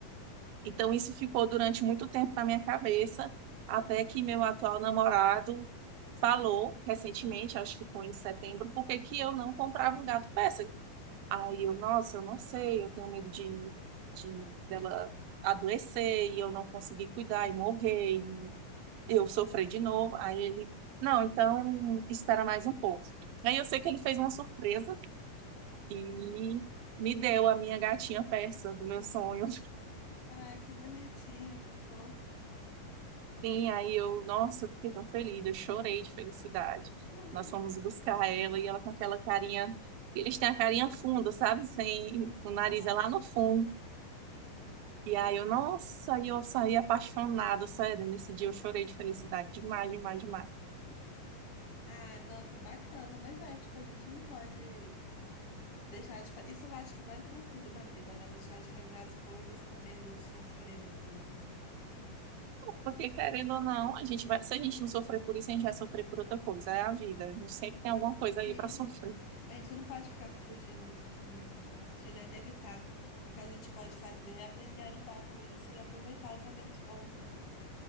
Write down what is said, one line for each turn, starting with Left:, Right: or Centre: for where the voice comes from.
Right: Então, isso ficou durante muito tempo na minha cabeça, até que meu atual namorado falou recentemente, acho que foi em setembro, por que que eu não comprava um gato persa. Aí eu, nossa, eu não sei, eu tenho medo de, de dela adoecer e eu não conseguir cuidar e morrer, e eu sofrer de novo. Aí ele, não, então espera mais um pouco. Aí eu sei que ele fez uma surpresa e me deu a minha gatinha persa do meu sonho.
Left: Ah, que bonitinho, que fofo.
Right: Sim, aí eu, nossa, eu fiquei tão feliz, eu chorei de felicidade.
Left: <laughs>
Right: Nós fomos buscar ela e ela com aquela carinha, eles têm a carinha funda, sabe? Sem o
Left: Aham.
Right: nariz é lá no fundo. E aí eu, nossa, aí eu saí apaixonada, sério, nesse dia eu chorei de felicidade demais, demais, demais.
Left: Ah, nossa, bacana. Mas é, tipo, a gente não pode. Deixar de fa... Isso eu acho que vale para tudo na vida, né? Deixar de fazer as coisas com medo de sofrer depois, né?
Right: Porque querendo ou não, a gente vai, se a gente não sofrer por isso, a gente vai sofrer por outra coisa, é a vida. A gente sempre tem alguma coisa aí
Left: Sim,
Right: para sofrer.
Left: A gente não pode ficar fugindo do sofrimento, né? Porque ele é inevitável. O que a gente pode fazer é aprender a lidar com isso e aproveitar os momentos bons, né?